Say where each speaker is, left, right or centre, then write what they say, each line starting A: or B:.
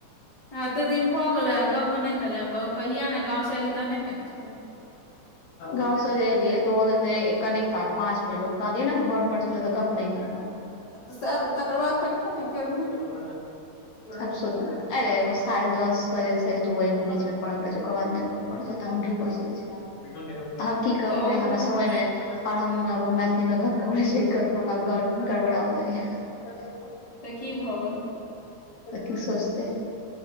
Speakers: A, on the left; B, on the left.
A: आते दिन भ गेलै आ गप नेै केलें बह- कहिया ने गाँव सँ एली तहने केने छेलैँ।
B: गाँव सँ जे एलियै तऽ ओ <unintelligible> कनिक काल पाँच मिनट। कहलियैने घर पर छेलै तऽ गप नै केलक।
A: सैह तकर बाद फेर किया नै केलखिन।
B: <inaudible> अब सोच अरे साढ़े दस बजे सँ दू बजे के बीचलमे करके रहै छै ओकर बाद मे- <unintelligible> हम कि गप
A: तऽ
B: करियै
A: ओहे
B: हमरा
A: रहै
B: समझमे- और हम मै-मैथिली मे गप्प करेै छियै ककरो गड़बड़ा ओ जाइया। तऽ
A: तऽ की भऽ गेल
B: कि सोचतै।